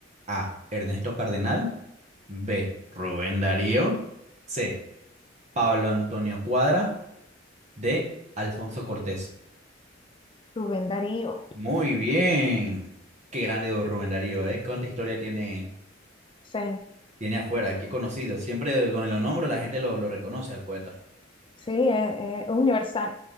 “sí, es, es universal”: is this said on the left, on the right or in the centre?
Left